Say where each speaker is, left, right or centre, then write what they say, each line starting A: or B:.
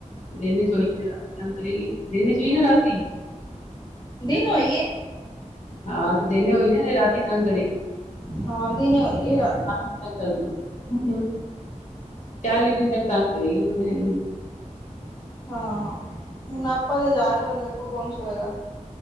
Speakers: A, on the left (about 60°); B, on the left (about 30°).
A: ਦਿਨੇ ਸੋਇਗੀ, ਤੇ ਰਾਤੀ ਤੰਗ ਕਰੇਗੀ। ਦਿਨ ਚ ਹੋਈ
B: ਹਾਂ
A: ਯਾ, ਰਾਤੀ।
B: ਦਿਨ ਹੋਈਏ।
A: ਹਾਂ ਤੇ ਦਿਨ ਹੋਈ ਆ, ਤੇ ਰਾਤੀ ਤੰਗ ਕਰੇਗੀ।
B: ਹਾਂ ਦਿਨੇ ਹੋਈਏ ਰਾਤ
A: ਬਹੁਤ ਤੰਗ ਕਰਦੇ ਨੇ, ਹੂੰ। ਚਾਲੀ ਦਿਨ ਤੱਕ ਤਾਂਗ ਕਰੇ ਹੀ ਹੁਣ ਇਹਨੂੰ।
B: ਹਾਂ, ਹੁਣ ਆਪਾਂ ਤਾਂ ਜਾ ਰਹੇ। ਹੁਣ ਦੇਖੋ ਕੌਣ ਸੋਏਗਾ।